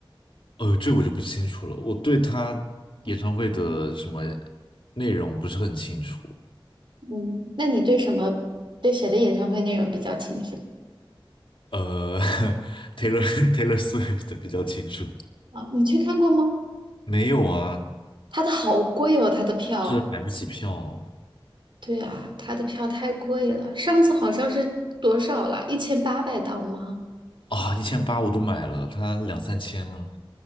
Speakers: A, on the left; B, on the right.
A: 呃，这我就不清楚了，我对他演唱会的什么内容不是很清楚。
B: 嗯，那你对什么对谁的演唱会内容比较清楚
A: 呃 <laughs>，Taylor Taylor Swift 比较清楚。
B: 啊？你去看过吗？
A: 没有啊，
B: 他的好贵哦，他的票。
A: 这买不起票
B: 对啊，他的票太贵了，上次好像是多少了？一千八百刀吗？
A: 啊，一千八我都买了，他两三千了。